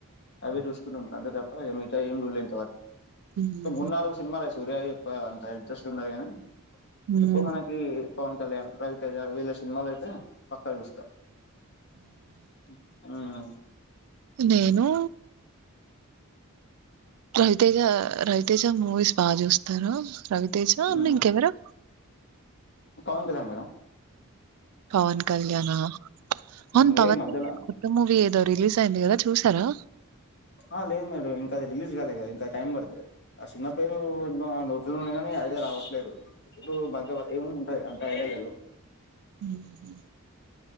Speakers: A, on the left; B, on the right.
A: అవే జూస్కుంటుంటా అంతే తప్ప ఎనీ టైమ్ <unintelligible>
B: మ్మ్.
A: మూన్నాల్గు సినిమాలేస్ సూర్యది ఎక్కువ అంత ఇంట్రస్టుండద్ గానీ
B: హ్మ్
A: ఎక్కువ్ మనకి పవన్ కళ్యాణ్ రవితేజ వీల్ల సినిమాలైతే పక్కా జూస్తా. ఉమ్ అ
B: నేనూ రవితేజ రవితేజ మూవీస్ బా జూస్తాను రవిత్. తేజా అన్నింకెవరో
A: మ్మ్ పవన్ కళ్యాణ్ మేడం.
B: పవన్ కళ్యాణా ఔన్
A: ఇదే
B: పవణ్
A: ఈ మధ్యలో
B: ది కొత్త మూవి ఏదో రిలీజైంది గద చూసారా
A: ఆ లేదు మేడం ఇంక రిలీజ్ కాలేగ ఇంకా టైం పడ్తది. అ షిన్మపేరు <unintelligible> <unintelligible> గానీ ఐడియా రావట్లేదు ఇడు బగ్గర ఏమేముంటాయి అంత ఐడియా లేదు.
B: ఉమ్హూ